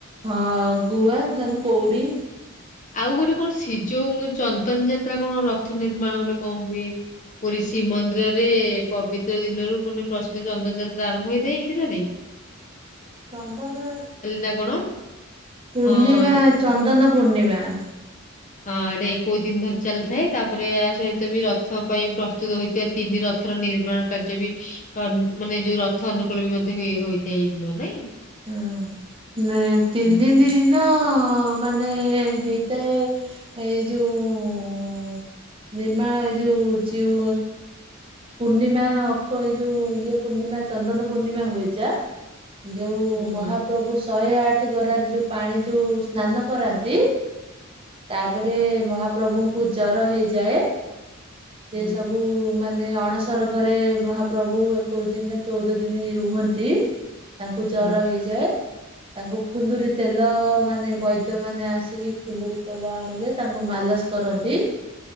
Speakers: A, on the right; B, on the left.
A: ହଁ ଗୁଆ ନ ନେ କଉଡ଼ି।
B: ଆଉ ଗୋଟେ କଣ ସି ଯଉ ଚନ୍ଦନ ଯାତ୍ରା କଣ ରଥ ନିର୍ମାଣ ଗୋଟେ କଣ ହୁଏ। ପୁରୀ ଶ୍ରୀମନ୍ଦିରରେ ପବିତ୍ର ଦିନରୁ ମାନେ ପ୍ରସିଦ୍ଧ ଚନ୍ଦନ ଯାତ୍ରା ଆରମ୍ଭ ହେଇଥାଏ ଏଇ ଦିନରୋଇ।
A: ଚନ୍ଦନ
B: ନା କଣ?
A: ପୂର୍ଣ୍ଣିମା
B: ହଁ ଏ
A: ଚନ୍ଦନ ପୂର୍ଣ୍ଣିମା। ହ
B: ହଁ। ଏଇଟା ଏକୋଇଶି ଦିନ ଧରି ଚାଲିଥାଏ ତାପରେ ୟା ସହିତ ବି ରଥ ପାଇଁ ପ୍ରସ୍ତୁତ ହୋଇଥିବା ତିନି ରଥର ନିର୍ମାଣ କାର୍ଯ୍ୟ ବି ମାନେ ଯୋଉ ରଥ ଅନୁକୂଳ ବି ମଧ୍ୟ ହୋଇଥାଏ ଏଇ ଦିନ ନାଇଁ।
A: ହ ନା ତିନି
B: ହୁଁ ହୁଁ
A: ଦିନ ଅ ମାନେ ହେଇଥାଏ ଏ ଇ ଯୋଉ ନିର୍ମାଣ ଏ ଯୋଉ ଜୀଉ ପୂର୍ଣ୍ଣିମା ଅଖ ଏଇ ଯୋଉ ଇଏ ପୂର୍ଣ୍ଣିମା ଚନ୍ଦନ ପୂର୍ଣ୍ଣିମା ହୁଏ ଯା ଯୋଉ ମହାପ୍ରଭୁ
B: ହୁଁ ହୁଁ
A: ଶହେ ଆଠ ଗରାରେ ଯୋଉ ପାଣି ଯୋଉ ସ୍ନାନ କରାନ୍ତି ତାପରେ ମହାପ୍ରଭୁଙ୍କୁ ଜର ହେଇଯାଏ। ସେ
B: ହୁଁ
A: ସବୁ ମାତ୍ ମାନେ ଅଣସର ଘରେ ମହାପ୍ରଭୁ ଏକୋଇଶ ଦିନ ଚଉଦ ଦିନ ରୁହନ୍ତି। ତାଙ୍କୁ ଜର
B: ହୁଁ
A: ହେଇଯାଏ। ତାଙ୍କୁ ଫୁଲରି ତେଲ ମାନେ ବୈଦ୍ୟ ମାନେ ଆସିକି ଫୁଲରି ତେଲ ଆଣିବେ ତାଙ୍କୁ ମାଲ ମାଲସ କରନ୍ତି।